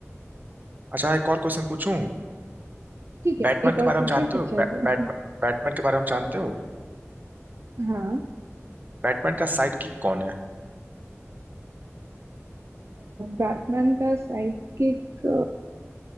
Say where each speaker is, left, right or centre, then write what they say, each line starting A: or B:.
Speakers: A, on the right (about 35°); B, on the right (about 65°).
A: अच्छा एक और क्वेश्चन पूछूं
B: ठीक है
A: बैटमैन
B: एक
A: के
B: और
A: बारे
B: पूछिए
A: में जानते
B: फिर
A: हो
B: चलते
A: बै,
B: हैं
A: बैट, बैटमैन के बारे में जानते हो
B: हाँ
A: बैटमैन का साइड किक कौन है
B: बैटमैन का साइड किक